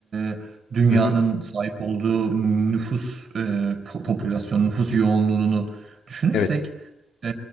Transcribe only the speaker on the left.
Hı hı,
evet.